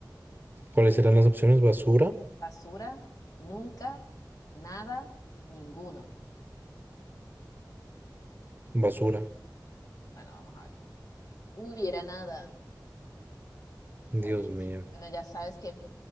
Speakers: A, on the right; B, on the left.
A: ¿Cuáles serán las opciones? Basura,
B: Basura, nunca, nada, ninguno.
A: Basura.
B: Bueno, vamos a ver. Hubiera nada. Está
A: Dios
B: difícil.
A: mío.
B: Bueno, ya sabes que